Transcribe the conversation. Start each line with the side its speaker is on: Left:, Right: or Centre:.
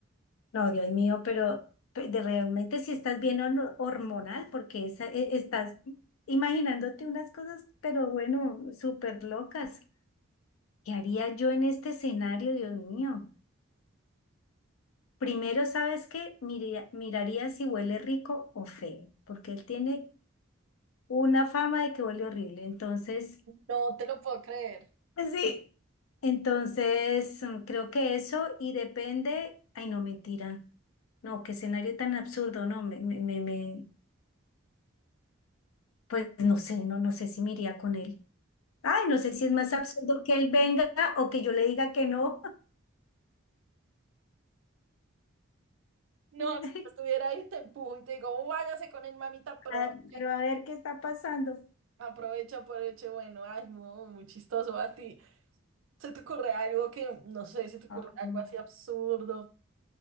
Left: No, Dios mío, pero pe- de realmente si estás bien hor- hormonal, porque esa- e- estás imaginándote unas cosas, pero bueno, súper locas. ¿Qué haría yo en este escenario, Dios mío? Primero, ¿sabes qué? Miría- miraría si huele rico o feo, porque él tiene una fama de que huele horrible. Entonces,
Right: No te lo puedo creer.
Left: pues sí, entonces mm, creo que eso y depende, ay, no, mentira. No, qué escenario tan absurdo, no, me, me, me, me- Pues no sé, no, no sé si me iría con él. Ay, no sé si es más absurdo que él venga o que yo le diga que no.
Right: No,
Left: <laughs>
Right: si yo estuviera ahí, te empujo y te digo, váyase con el mamita, aproveche,
Left: Ah, Pero a ver qué está pasando.
Right: aprovecha, por hecho bueno, ay, muy, muy chistoso a ti. ¿Se te ocurre algo que, no sé, se te ocurre
Left: Ah,
Right: algo
Left: mm,
Right: así absurdo?